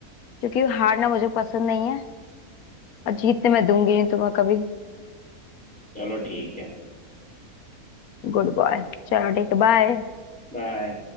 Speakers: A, on the left (about 75°); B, in the centre.
A: क्योंकि हारना मुझे पसंद नहीं है और जीतने मैं दूंगी नहीं तुम्हें कभी
B: चलो ठीक है
A: गुड बॉय चलो ठीक है बाय
B: बाय